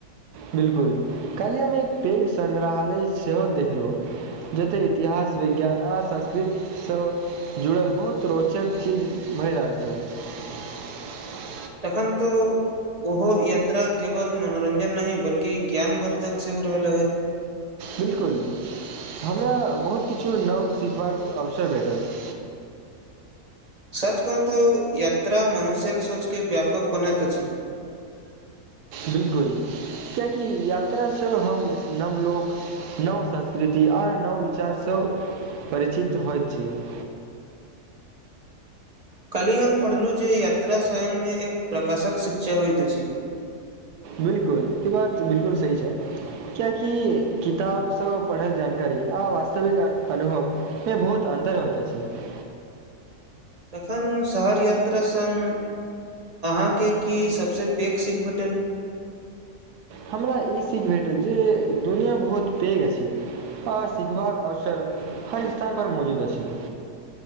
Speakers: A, on the right; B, on the right.
A: बिलकुल काल्हि हम एक पैघ सङ्ग्रहालय सेहो देखलहुँ जतय इतिहास विज्ञान आ संस्कृतिसँ जुड़ल बहुत रोचक चीज भए रहल छै। <unintelligible>
B: तखन तऽ ओहो यात्रा केवल मनोरञ्जन नहि बल्कि ज्ञानवर्धक सेहो रहल होत। <unintelligible>
A: बिल्कुल हमरा बहुत किछु नव सिखबाक अवसर भेटल। <unintelligible>
B: सच कहूँ तऽ यात्रा मनुष्यक सोचके व्यापक बनैत अछि। <unintelligible>
A: बिल्कुल कियकि यात्रासँ हम नवलोक नव संस्कृति आओर नव विचारसँ परिचित होइत छी। <unintelligible>
B: काल्हि हम पढ़लहुँ जे यात्रा संयममे एक प्रकाशक शिक्षा होइत अछि। <unintelligible>
A: बिलकुल ई बात बिलकुल सही छै क्य कि। <unintelligible> कि किताबसँ पढ़ल जानकारी आ वास्तविक अनुभवमे बहुत अन्तर होइत अछि। <unintelligible>
B: एखन। <unintelligible> शहर यात्रा संग अहाँके की सभसँ पैघ सीख भेटल।
A: हमरा ई सीख भेटल जे दुनिआँ बहुत पैघ अछि आ सिखबाक अवसर हर स्थान पर मौजूद अछि।